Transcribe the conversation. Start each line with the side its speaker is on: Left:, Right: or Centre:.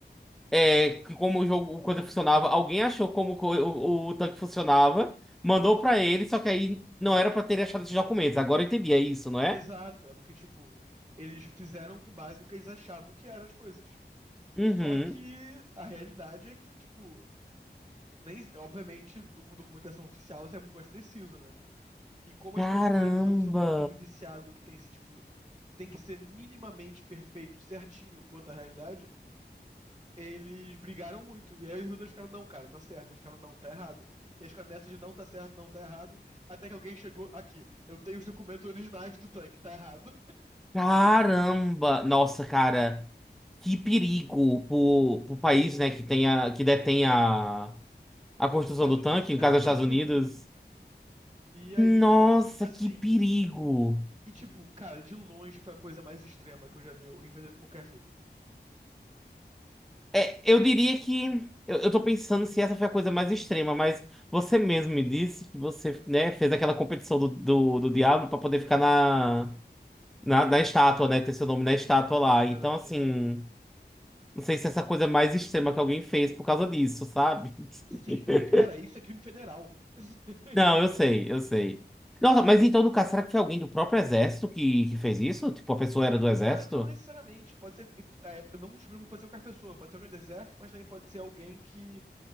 Centre: é, que como o jogo, o coisa funcionava. Alguém achou como co- o, o tanque funcionava, mandou pra ele, só que aí não era pra ter achado esses documentos. Agora eu entendi, é isso, não é?
Right: Exato. É porque, tipo, eles fizeram com base no que eles achavam que eram as coisas.
Centre: Uhum.
Right: Só que a realidade é que, tipo, nem, obviamente, do, com documentação oficial isso é muito mais preciso, né? E como as
Centre: Caramba!
Right: pessoas nesse jogo são um bando de viciado que tem esse, tipo, tem que ser minimamente perfeito, certinho quanto à realidade, eles brigaram muito. E aí os dois ficaram, não, cara, tá certo. Eles ficaram, não, tá errado. E eles ficaram nessa de não tá certo, não tá errado. Até que alguém chegou aqui. Eu tenho os documentos originais do tanque, tá errado.
Centre: Caramba! Nossa, cara, que perigo pro, pro país, né, que tenha, que detém a, a construção
Right: Estados
Centre: do
Right: Unidos.
Centre: tanque, no caso dos Estados Unidos.
Right: <laughs> E aí,
Centre: Nossa,
Right: assim.
Centre: que perigo!
Right: E tipo, cara, de longe foi a coisa mais extrema que eu já vi alguém fazer pra qualquer jogo.
Centre: É, eu diria que. Eu, eu tô pensando se essa foi a coisa mais extrema, mas você mesmo me disse que você, né, fez aquela competição do, do, do Diablo pra poder ficar na, na, na estátua, né, ter seu nome na estátua lá.
Right: É verdade,
Centre: Então, assim.
Right: é verdade.
Centre: Não sei se é essa coisa mais extrema que alguém fez por causa disso, sabe?
Right: Sim,
Centre: <laughs>
Right: porque, cara, isso é crime federal. <laughs>
Centre: Não, eu sei, eu sei. Nossa, mas então, no caso, será que foi alguém do próprio exército que, que fez isso? Tipo, a pessoa era do exército?
Right: Cara, não necessariamente. Pode ser. É, não um crime que pode ser qualquer pessoa. Pode ser alguém do exército, mas também pode ser alguém que